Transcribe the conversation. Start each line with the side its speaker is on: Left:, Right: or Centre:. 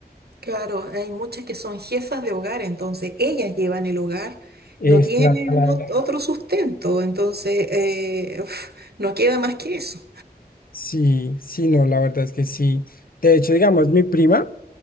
Right: Claro, hay muchas que son jefas de hogar, entonces ellas llevan el hogar,
Left: Es
Right: no tienen
Left: la palabra.
Right: ot- otro sustento, entonces eh, uf, no queda más que eso.
Left: Sí, sí, no, la verdad es que sí. De hecho, digamos, mi prima.